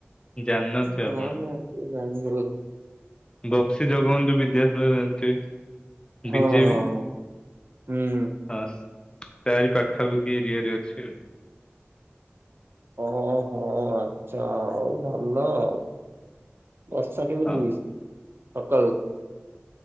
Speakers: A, on the left; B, on the right.
A: ଜାଣିନଥିବେ
B: ନା
A: ଆପଣ।
B: ମୁଁ ଏତେ ଜାଣିନି
A: ବକ୍ସି ଜଗବନ୍ଧୁ ବିଦ୍ୟାଧରେ ଜାଣିଥିବେ?
B: ହଁ
A: ବି ଜେ
B: ହଁ
A: ବି।
B: ହଁ ହୁଁ
A: ହଁ ତାରି ପାଖାପାଖି ଏରିଆ ରେ ଅଛି ଆଉ।
B: ଓହୋ ଆଚ୍ଛା ଆଉ ଭଲ ଆଉ। ବର୍ଷା କେମିତି
A: ହଁ।
B: ସକାଳୁ?